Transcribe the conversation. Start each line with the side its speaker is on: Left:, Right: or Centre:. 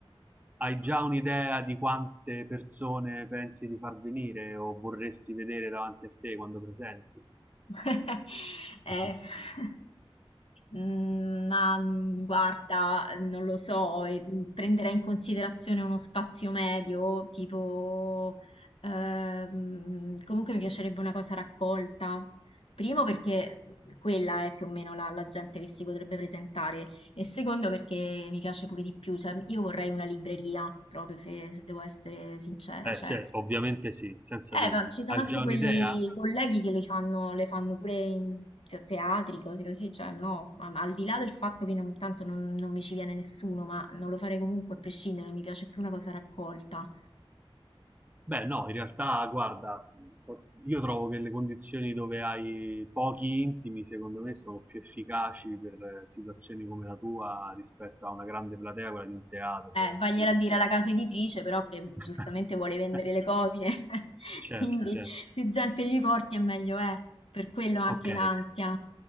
Right: hai già un'idea di quante persone pensi di far venire o vorresti vedere davanti a te quando presenti?
Left: <laughs> Eh,
Right: <laughs>
Left: <laughs> mm, ma mm, guarda, non lo so, eh, mm, prenderei in considerazione uno spazio medio, tipo, ehm, comunque mi piacerebbe una cosa raccolta. Primo perché quella è più o meno la, la gente che si potrebbe presentare e secondo perché mi piace pure di più, cioè io vorrei una libreria, proprio se, se devo essere sincera,
Right: Beh,
Left: cioè
Right: sì, ovviamente sì, senza
Left: eh,
Right: dubbio.
Left: ma ci sono
Right: Hai
Left: anche
Right: già
Left: quelli
Right: un'idea?
Left: colleghi che le fanno, le fanno pure in te- teatri, cose così, cioè no, ma, ma al di là del fatto che non, tanto non, non mi ci viene nessuno, ma non lo farei comunque a prescindere, mi piace più una cosa raccolta.
Right: Beh, no, in realtà, guarda, io trovo che le condizioni dove hai pochi intimi, secondo me, sono più efficaci per eh, situazioni come la tua rispetto a una grande platea, quella di un teatro,
Left: Eh,
Right: dove
Left: vagliela
Right: si presuppone.
Left: a dire alla casa editrice, però che giustamente
Right: <laughs>
Left: vuole vendere le copie, <laughs>
Right: Certo,
Left: quindi
Right: certo.
Left: più gente gli porti e meglio è, per quello anche
Right: Ok,
Left: l'ansia.